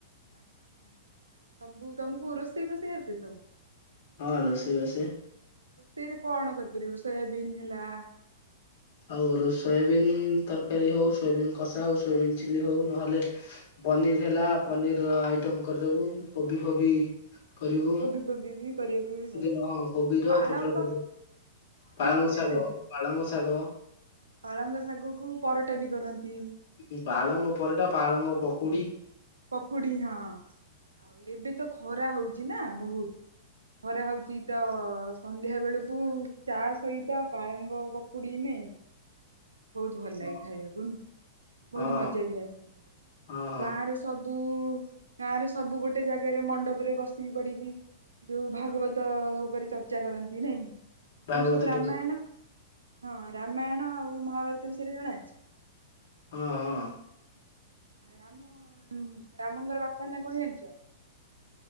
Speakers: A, on the right; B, on the left.
A: ଆଚ୍ଛା। ସବୁ ତମକୁ ରୋଷେଇ ଫୋସେଇ ଆସେ ସବୁ?
B: ହଁ ରୋଷେଇ ଆସେ।
A: ରୋଷେଇରେ କଣ କରିପାରିବ ସୋୟାବିନ୍ ହେଲା
B: ଆଉ ସୋୟାବିିନ୍ ତରକାରୀ ହଉ ସୋୟାବିନ୍ କଷା ହଉ ସୋୟାବିନ୍ ଚିଲିହଉ ନହେଲେ ପନିର୍ ହେଲା ପନିର୍ ର ଆଇଟମ୍ କରିଦବୁ କୋବି ଫୋବି କରିବୁ
A: କୋବି ଫୋବି ବି କରିବାକୁ ବି ଭଲ
B: ଦେନ୍
A: ଲାଗିବ।
B: ହଁ କୋବିର
A: ପାଳଙ୍ଗ
B: ପୋଟଳ ଭଜା ପାଳଙ୍ଗ
A: ବିଷୟରେ
B: ଶାଗ
A: ଜାଣିଛ?
B: ପାଳଙ୍ଗ ଶାଗ।
A: ହଁ। ପାଳଙ୍ଗ ଶାଗକୁ ପରଟା ବି କରନ୍ତି।
B: ଟିକେ ପାଳଙ୍ଗ ପରଟା ପାଳଙ୍ଗ ପକୁଡ଼ି
A: ପକୁଡ଼ି ହଁ ଆଉ ଏବେତ ଖରା ହଉଚି ନା ବହୁତ୍। ଖରା ହଉଚି ତ ସନ୍ଧ୍ୟା ବେଳକୁ ଚା ସହିତ ପାଳଙ୍ଗ ପକୁଡ଼ି ନେଇ। <inaudible> ବହୁତ୍ ଭଲ
B: ହଁ
A: ଲାଗେ ଖାଇବାକୁନୁ ବହୁତ୍
B: ହଁ
A: ମଜାବି ଆସିଯାଏ
B: ହଁ ହଁ
A: ଗାଁରେ ସବୁ ଗାଁରେ ସବୁ ଗୋଟେ ଜାଗାରେ ମଣ୍ଡପରେ ବସିକି ପଡ଼ିକି ଯୋଉ ଭାଗବତ ଉପରେ ଚର୍ଚ୍ଚା କରନ୍ତି ନାଇଁ।
B: ଭାଗବତ
A: ତମେ ସବୁ ରାମାୟଣ
B: ଟୁ
A: ହଁ ରାମାୟଣ ଆଉ ମହାଭାରତ ବିଷୟରେ ଜଣା ଅଛି?
B: ହଁ ହଁ।
A: ରାମ ରାମ ରାମଙ୍କର ବାପାନା କଣ ଜାଣିଚ?